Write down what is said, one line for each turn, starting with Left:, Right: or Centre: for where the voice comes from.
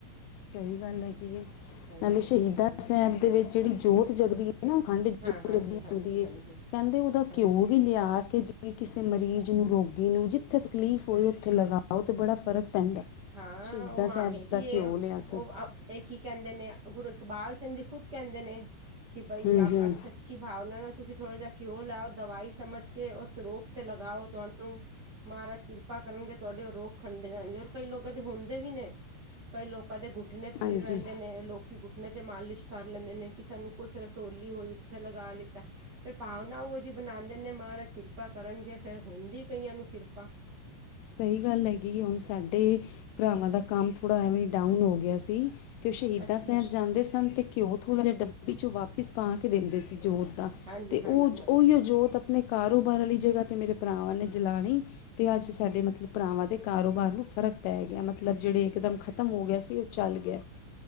Left: ਸਹੀ ਗੱਲ ਹੈ ਕਿ
Right: ਹਾਂਜੀ
Left: ਪਹਿਲੇ ਸ਼ਹੀਦਾਂ
Right: ਹਾਂਜੀ
Left: ਸਾਹਿਬ ਦੇ ਵਿੱਚ ਜਿਹੜੀ ਜੋਤ ਜਗਦੀ ਹੈ ਨਾ ਅਖੰਡ ਜੋਤ
Right: ਹਾਂ ਹਾਂਜੀ
Left: ਜਗਦੀਆਂ
Right: ਹਾਂਜੀ
Left: ਹੁੰਦੀ ਹੁੰਦੀ ਏ,
Right: ਹਾਂਜੀ
Left: ਕਹਿੰਦੇ ਉਹਦਾ
Right: ਹਾਂਜੀ
Left: ਘਿਓ ਵੀ ਲਿਆ ਕੇ ਜੇ ਕਿ ਕਿਸੇ ਮਰੀਜ਼ ਨੂੰ, ਰੋਗੀ ਨੂੰ ਜਿੱਥੇ ਤਕਲੀਫ਼ ਹੋਏ ਉੱਥੇ ਲਗਾਓ ਅਤੇ ਬੜਾ ਫ਼ਰਕ ਪੈਂਦਾ।
Right: ਹਾਂ
Left: ਸ਼ਹੀਦਾਂ
Right: ਉਹ ਮਾਂ
Left: ਸਾਹਿਬ
Right: ਹੈਗੀ
Left: ਦਾ
Right: ਇਹ।
Left: ਘਿਓ ਲਿਆ
Right: ਉਹ
Left: ਕੇ
Right: ਇਹ ਕੀ ਕਹਿੰਦੇ ਨੇ ਗੁਰੂ ਇਕਬਾਲ ਸਿੰਘ ਜੀ ਖੁਦ ਕਹਿੰਦੇ ਨੇ, ਕਿ ਬਈ
Left: ਹੂੰ
Right: ਅ
Left: ਹੂੰ
Right: ਅੱਛਾ ਅੱਛੀ ਭਾਵਨਾ ਨਾਲ ਤੁਸੀਂ ਥੋੜ੍ਹਾ ਜਿਹਾ ਘਿਉ ਲਾਓ ਦਵਾਈ ਸਮਝ ਕੇ ਉਸ ਰੋਗ ਤੇ ਲਗਾਓ ਤੁਹਾਨੂੰ ਮਹਾਰਾਜ ਕਿਰਪਾ ਕਰਨਗੇ ਤੁਹਾਡੇ ਰੋਗ ਖੰਡ ਜਾਣਗੇ ਔਰ ਕਈ ਲੋਕਾਂ ਦੇ ਹੁੰਦੇ ਵੀ ਨੇ, ਕਈ ਲੋਕਾਂ ਦੇ ਗੁੱਟਣੇ ਪੀੜ
Left: ਹਾਂਜੀ
Right: ਰਹਿੰਦੇ ਨੇ ਲੋਕ ਕਿ ਗੁੱਟਨੇ 'ਤੇ ਮਾਲਿਸ਼ ਕਰ ਲੈਂਦੇ ਨੇ ਕਿ ਸਾਨੂੰ ਕੁਛ ਰਸੋਲੀ ਹੋਈ ਉੱਥੇ ਲਗਾ ਲਿੱਤਾ। ਫਿਰ ਭਾਵਨਾ ਉਹ ਜਿਹੀ ਬਣਾਦੇ ਨੇ ਮਹਾਰਾਜ ਕਿਰਪਾ ਕਰਨਗੇ ਫਿਰ ਹੁੰਦੀ ਕਈਆਂ ਨੂੰ ਕਿਰਪਾ।
Left: ਸਹੀ ਗੱਲ ਹੈਗੀ ਹੁਣ ਸਾਡੇ ਭਰਾਵਾਂ ਦਾ ਕੰਮ ਥੋੜ੍ਹਾ ਐਵੇਂ ਡਾਊਨ ਹੋ ਗਿਆ ਸੀ। ਤੇ ਉਹ ਸ਼ਹੀਦਾਂ
Right: ਅੱਛਾ।
Left: ਸਾਹਿਬ ਜਾਂਦੇ ਸਨ ਤੇ ਘਿਓ ਥੋੜ੍ਹਾ ਜਿਹਾ ਡੱਬੀ ਚ' ਵਾਪਿਸ ਪਾ ਕੇ ਦਿੰਦੇ ਸੀ ਜੋਤ ਦਾ
Right: ਹਾਂਜੀ,
Left: ਤੇ
Right: ਹਾਂਜੀ,
Left: ਉਹ
Right: ਹਾਂਜੀ।
Left: ਉਹੀ ਜੋਤ ਆਪਣੇ ਕਾਰੋਬਾਰ ਵਾਲੀ ਜਗ੍ਹਾ ਤੇ ਮੇਰੇ ਭਰਾਵਾਂ ਨੇ ਜਲਾਣੀ ਤੇ ਅੱਜ ਸਾਡੇ ਮਤਲਬ ਭਰਾਵਾਂ ਦੇ ਕਾਰੋਬਾਰ ਨੂੰ ਫਰਕ ਪੈ ਗਿਆ। ਮਤਲਬ ਜਿਹੜੇ ਇਕਦਮ ਖਤਮ ਹੋ ਗਿਆ ਸੀ ਉਹ ਚੱਲ ਗਿਆ।